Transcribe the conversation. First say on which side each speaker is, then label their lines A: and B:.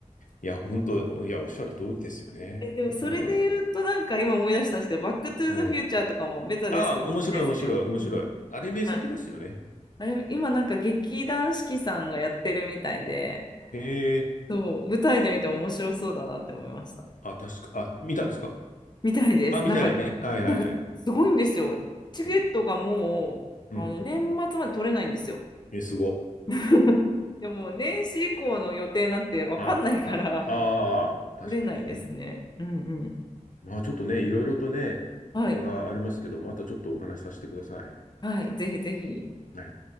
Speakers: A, on the left; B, on the left.
A: いや、本当、いや、おっしゃる通りですよね。
B: <laughs> え、でもそれで言うとなんか今思い出したんですけど、
A: うん。
B: バックトゥーザフューチャーとかもベタですけど好きですね。
A: うん。ああ、面白い面白い面白い。
B: うん。
A: あれ名作ですよね。
B: はい。あれ、今なんか劇団四季さんがやってるみたいで、
A: へえ。
B: そう、舞台で見ても面白そうだなって思いました。
A: あ、確か、あ、見たんですか
B: みたいです。
A: あ、見てないね。
B: なんか、
A: はいはいはい。
B: なんかすごいんですよ。チケットがもう、
A: うん。うん。
B: あの、年末まで取れないんですよ。
A: え、すご。
B: <laughs> でも年始以降の予定なんてわかんないから、
A: あ、あ、ああ、確かにね。
B: 取れないですね。うんうん。
A: まあちょっとね、いろいろとね、
B: はい。
A: 映画ありますけど、またちょっとお話しさせてください。
B: はい。ぜひぜひ。
A: はい。